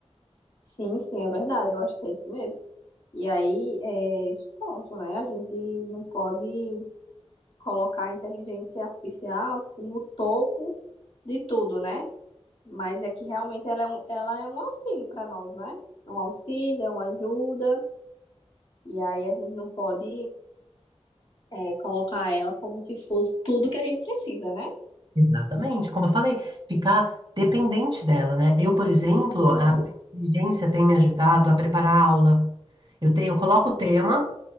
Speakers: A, on the left; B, on the right.
A: sim, sim, é verdade, eu acho que é isso mesmo. E aí é esse ponto, né? A gente não pode colocar a inteligência artificial no topo de tudo, né? Mas é que realmente ela é um, ela é um auxílio para nós, né? É Um auxílio, é uma ajuda, e aí a gente não pode é, colocar ela como se fosse tudo que a gente precisa, né?
B: Exatamente. Como eu falei, ficar dependente dela, né? Eu, por exemplo,
A: Uhum.
B: a inteligência tem me ajudado a preparar a aula. Eu, te, eu coloco o tema.